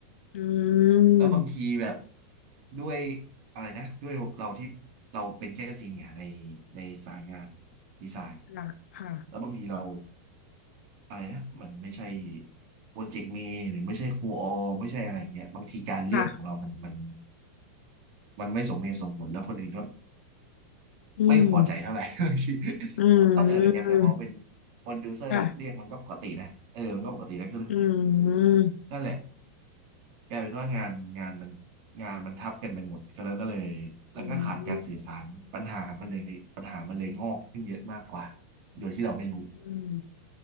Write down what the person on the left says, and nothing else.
อื
ม
ค่ะค่ะ
ค่ะ
อืม
อืม
ค่ะอืม
อืม
อืม